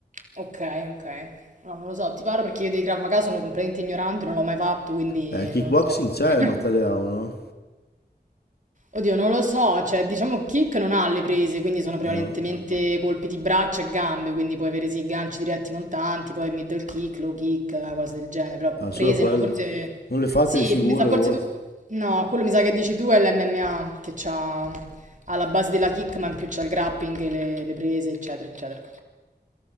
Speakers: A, on the right; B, on the left.
A: Ok, ok. No, non lo so, ti parlo perché io dei Krav Maga sono completamente ignorante, non l'ho mai fatto, quindi
B: Eh, kickboxing
A: non so
B: c'è
A: come.
B: il Mataleao, no?
A: Oddio, non lo so, cioè diciamo kick non ha le prese, quindi sono prevalentemente
B: Ah no?
A: colpi di braccia e gambe, quindi puoi avere sì ganci diretti montanti, poi middle kick, low kick, cose del genere, però
B: Ah, solo
A: prese
B: quello.
A: no, forse
B: Non le fate
A: sì,
B: le figure
A: mi sa forse
B: voi.
A: tu No, quello mi sa che dici tu è l'MMA che c'ha ha la base della kick, ma in più c'ha il grappling, e le, le prese, eccetera, eccetera.